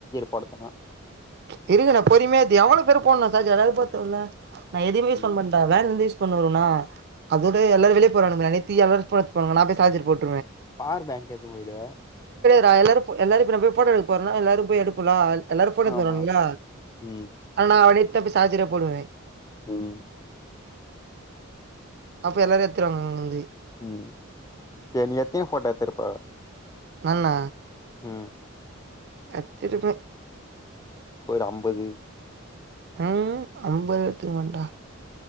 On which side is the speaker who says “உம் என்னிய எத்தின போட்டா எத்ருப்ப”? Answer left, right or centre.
Left